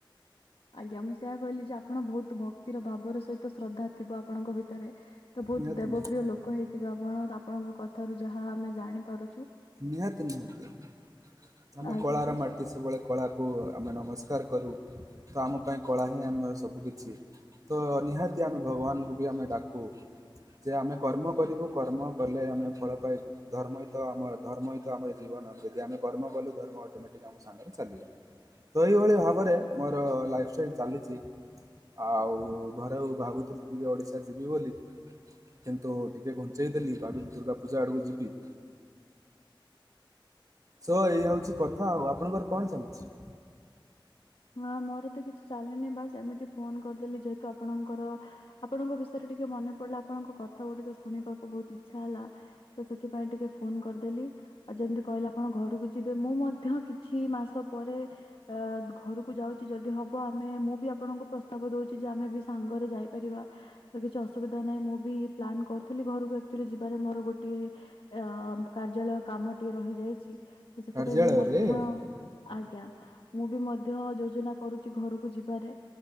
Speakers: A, on the left; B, on the right.
A: ଆଜ୍ଞା ମୁଁ ସେଇଆ କହିଲି ଯେ ଆପଣ ବହୁତୁ ଭକ୍ତିର ଭାବର ସହିତ ଶ୍ରଦ୍ଧା ଥିବ ଆପଣଙ୍କ ଭିତରେ। ତ ବହୁତୁ
B: ନିହାତି
A: ଦେବପ୍ରିୟ
B: ନିହାତି
A: ଲୋକ ହେଇଥିବେ ଆପଣ ଆପଣଙ୍କ କଥାରୁ ଯାହା ଆମେ ଜାଣିପାରୁ
B: ନିହାତି ନିହାତି ଆମେ
A: ଆଜ୍ଞା
B: କଳାର
A: ତ
B: ମା ଟି ସବୁବେଳେ କଳାକୁ ଆମେ ନମସ୍କାର କରୁ ତ ଆମ ପାଇଁ କଳା ହିଁ ଆମର ସବୁ କିଛି। ତ ନିହାତି ଆମେ ଭଗବାନଙ୍କୁ ବି ଆମେ ଡାକୁ ଯେ ଆମେ କର୍ମ କରିବୁ କର୍ମ କଲେ ଆମେ ଫଳ ପାଇବୁ। ଧର୍ମ ହି ତ ଆମ ଧର୍ମ ହି ତ ଆମର ଜୀବନ ଯଦି ଆମେ କର୍ମ କଲୁ ଧର୍ମ ଅଟୋମେଟିକ୍ ଆମ ସାଙ୍ଗରେ ଚାଲିବ। ତ ଏଇଭଳି ଭାବରେ ମୋର ଲାଇଫ୍ ଷ୍ଟାଇଲ ଚାଲିଚି। ଆଉ ଘରେ ଭାବୁଥିଲି ଟିକେ ଓଡିଶା ଯିବି ବୋଲି। କିନ୍ତୁ ଟିକେ ଘୁଞ୍ଚେଇ ଦେଲି ଭାବିଲି ଦୁର୍ଗା ପୂଜା ଆଡକୁ ଯିବି। ଶୋ ଏଇଆ ହଉଚି କଥା ଆଉ ଆପଣଙ୍କର କଣ ଚାଲିଚି?
A: ହଁ ମୋର ତ କିଛି ଚାଲିନି ବାସ୍ ଏମିତି ଫୋନ୍ କରିଦେଲି ଯେହେତୁ ଆପଣଙ୍କର ଆପଣଙ୍କ ବିଷୟରେ ଟିକେ ମନେ ପଡିଲା ଆପଣଙ୍କ କଥା ଗୁଡିକ ଶୁଣିବାକୁ ବହୁତ ଇଚ୍ଛା ହେଲା ତ ସେଥିପାଇଁ ଟିକେ ଫୋନ୍ କରିଦେଲି। ଆଉ ଯେମିତି କହିଲେ ଆପଣ ଘରୁକୁ ଯିବେ ମୁଁ ମଧ୍ୟ କିଛି ମାସ ପରେ ଅ ଘରୁକୁ ଯାଉଚି ଯଦି ହବ ଆମେ ମୁଁ ବି ଆପଣଙ୍କୁ ପ୍ରସ୍ତାବ ଦଉଚି ଯେ ଆମେ ବି ସାଙ୍ଗରେ ଯାଇପାରିବା। ତ କିଛି ଅସୁବିଧା ନାହିଁ ମୁଁ ବି ପ୍ଲାନ୍ କରୁଥିଲି ଘରୁକୁ ଆକଚୁଲି ଯିବାରେ ମୋର ଗୋଟିଏ ଅ କାର୍ଯ୍ୟାଳୟ କାମ ଟିଏ ରହିଯାଇଚି ତ ସେଥିପାଇଁ
B: କାର୍ଯ୍ୟାଳୟରେ?
A: ମୁଁ ମଧ୍ୟ ଆଜ୍ଞା ମୁଁ ବି ମଧ୍ୟ ଯୋଜନା କରୁଚି ଘରୁକୁ ଯିବାରେ